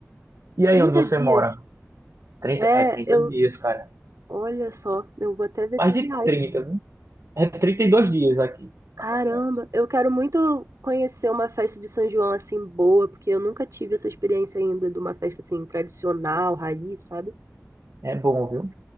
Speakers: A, on the right (about 65°); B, on the right (about 85°).
A: e aí
B: 30
A: onde você
B: dias.
A: mora? trinta
B: É,
A: é trinta
B: eu.
A: dias, cara.
B: Olha só, eu vou até ver
A: Mais
B: se eu
A: de
B: viajo.
A: 30, né? É 32 dias aqui.
B: Caramba,
A: na verdade.
B: eu quero muito conhecer uma festa de São João assim boa, porque eu nunca tive essa experiência ainda de uma festa assim tradicional, raiz, sabe?
A: É bom, viu?